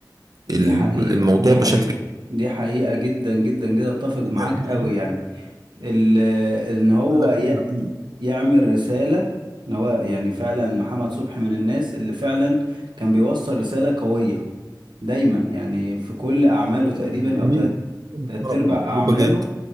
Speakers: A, on the right; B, on the right.
A: دي
B: الموضوع
A: حقيقة دي
B: بشكل
A: حقيقة
B: كبير
A: دي حقيقة جدا جدا جدا اتفق
B: زي
A: معاك
B: ما انا
A: قوي
B: جمال
A: يعني ال- آه، ان هو
B: بقول لك انا
A: ي-
B: اللي اقول لك
A: يعمل رسالة ان هو يعني فعلا محمد صبحي من الناس اللي فعلا كان بيوصل رسالة قوية دايما يعني في كل اعماله تقريبا
B: جميل
A: او تلات
B: محترم
A: ارباع
B: محبوبه
A: اعماله
B: جدا